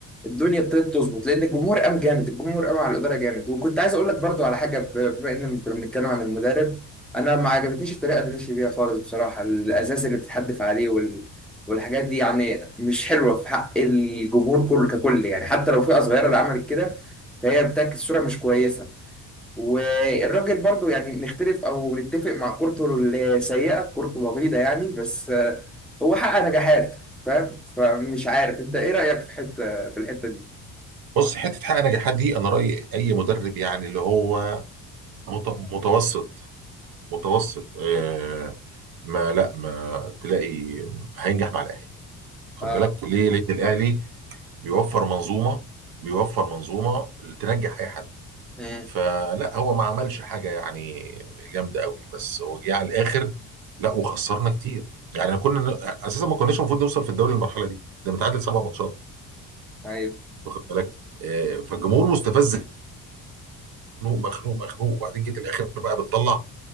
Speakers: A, in the centre; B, on the right.
A: الدنيا ابتدت تظبط لان الجمهور قام جامد الجمهور قام على الاداره جامد وكنت عايز اقول لك برضو على حاجه ب- بما ان كنا بنتكلم عن المدرب انا ما عجبتنيش الطريقه اللي مشي بيها خالص بصراحه الازاز اللي بتتحدف عليه وال... والحاجات دي يعني مش حلوه في حق الجمهور كله ككل يعني حتى لو فئه صغيره اللي عملت كده فهي بتعكس صوره مش كويسه والراجل برضو يعني نختلف او نتفق مع كورته السيئه كورته بغيضه يعني بس آه، هو حقق نجاحات فاهم فمش عارف انت ايه رايك في حته في الحته دي
B: بص حته حقق نجاحات دي انا رايي اي مدرب يعني اللي هو مت... متوسط متوسط آه ما لا ما تلاقي هينجح مع الاهلي خد
A: اه
B: بالك ليه ليه الاهلي بيوفر منظومه بيوفر منظومه تنجح اي حد
A: امم
B: فلا هو ما عملش حاجه يعني جامده قوي بس هو جه على الاخر لا وخسرنا كتير يعني كنا اساسا ما كناش المفروض نوصل في الدوري للمرحله دي ده متعادل سبع ماتشات
A: ايوه
B: واخد بالك آه، فالجمهور مستفز مخنوق مخنوق مخنوق وبعدين جيت الاخر بقى بتطلع